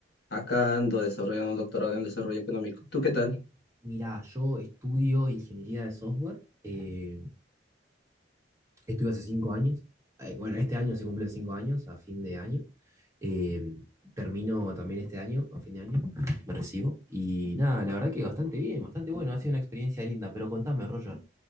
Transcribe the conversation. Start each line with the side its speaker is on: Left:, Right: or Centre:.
Left: acá ando desarrollando un doctorado en desarrollo económico. ¿Tú qué tal?
Right: Mirá, yo estudio ingeniería de software. eh, estudio hace cinco años. Eh, bueno, este año se cumplen cinco años, a fin de año. Eh, termino también este año, a fin de año, me recibo. Y nada, la verdad que bastante bien, bastante bueno, ha sido una experiencia linda. Pero contame, Roger,